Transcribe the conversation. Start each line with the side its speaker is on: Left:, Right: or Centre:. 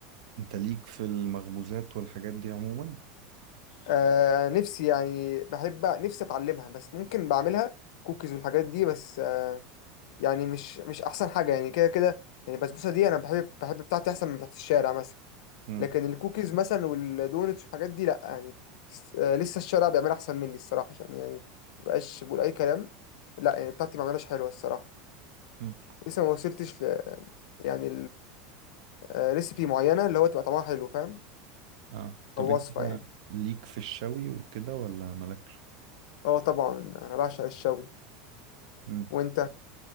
Right: انت ليك في المخبوزات والحاجات دي عموما
Left: آه نفسي يعني بحب نفسي اتعلمها بس ممكن بعملها كوكيز والحاجات دي بس آه يعني مش مش احسن حاجه يعني كده كده يعني البسبوسه دي انا بحب بحب بتاعتي احسن من بتاعت الشارع مثلا
Right: مم.
Left: لكن الكوكيز مثلا والدونتس والحاجات دي لا يعني آه لسه الشارع بيعملها احسن مني الصراحه عشان يعني مبقاش بقول اي كلام لا يعني بتاعتي ما عملهاش حلوه الصراحه
Right: مم.
Left: لسه ما وصلتش ل يعني ريسيبي معينه اللي هو تبقى طعمها حلو فاهم
Right: اه طب
Left: او
Right: انت
Left: وصفه يعني
Right: ليك في الشوي وكده ولا مالكش
Left: اه طبعا انا بعشق الشوي
Right: مم.
Left: وانت